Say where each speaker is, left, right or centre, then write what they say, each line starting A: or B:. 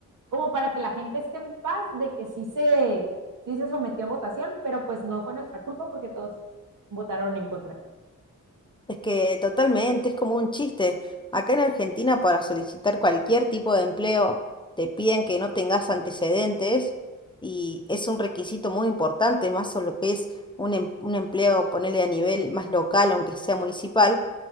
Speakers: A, on the right; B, on the left.
A: como para que la gente esté en paz de que sí se, sí se sometió a votación, pero pues no fue nuestra culpa porque todos votaron en contra.
B: Es que totalmente, es como un chiste. Acá en Argentina para solicitar cualquier tipo de empleo te piden que no tengas antecedentes y es un requisito muy importante, más sobre lo que es un, em- un empleo, ponerle a nivel más local, aunque sea municipal,